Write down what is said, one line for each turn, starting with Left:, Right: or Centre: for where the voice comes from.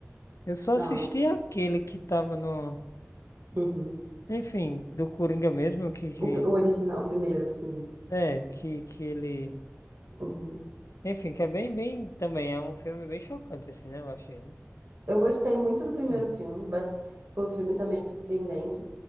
Left: Eu só
Right: Não,
Left: assisti
Right: en-
Left: aquele que tava no.
Right: uhum.
Left: Enfim, do Coringa mesmo, que, que...
Right: O, o original, o primeiro, sim.
Left: É, que, que ele.
Right: Uhum.
Left: Enfim, que é bem, bem. Também é um filme bem chocante, assim, né? Eu achei, né?
Right: Eu gostei muito do primeiro
Left: Hum,
Right: filme, bas- foi um filme também surpreendente.